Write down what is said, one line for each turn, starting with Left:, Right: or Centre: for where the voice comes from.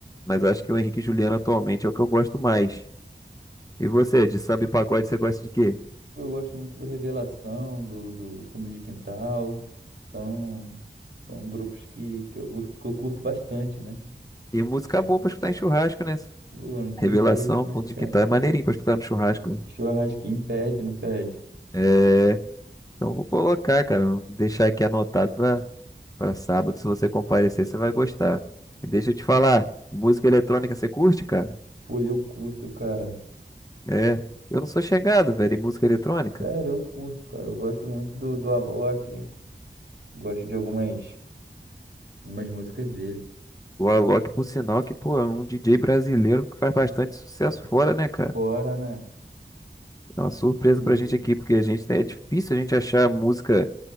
Left: mas acho que o Henrique e Juliano atualmente é o que eu gosto mais. E você, de samba e pagode, você gosta de quê?
Right: Eu gosto muito do Revelação, do, do Fundo de Quintal. São, são grupos que, que, eu, que eu curto bastante, né?
Left: E música boa pra escutar em churrasco, né?
Right: Pô, não tem
Left: Revelação,
Right: jeito, né,
Left: fundo
Right: cara?
Left: de quintal é maneirinho pra escutar no churrasco. né?
Right: Churrasquinho pede, não pede?
Left: É, então eu vou colocar, cara, vou deixar aqui anotado pra, pra sábado. Se você comparecer, você vai gostar. E deixa eu te falar, música eletrônica você curte, cara?
Right: Pô, eu curto, cara.
Left: É, eu não sou chegado, velho, em música eletrônica.
Right: Sério, eu curto, cara. Eu gosto muito do, do Alok. Gosto de algumas, algumas músicas dele.
Left: O Alok, por sinal, que, pô, é um DJ brasileiro que faz bastante sucesso fora, né, cara?
Right: Fora, né?
Left: É uma surpresa
Right: O...
Left: pra gente aqui, porque a gente, né, é difícil a gente achar música